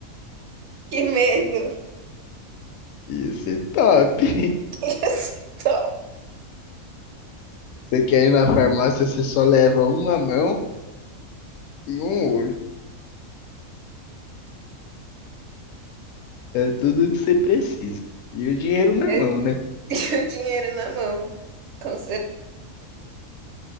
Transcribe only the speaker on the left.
Ia ser top. <laughs>
Você quer ir na farmácia, você só leva uma mão e um olho. É tudo que você precisa. E o dinheiro na
mão, né?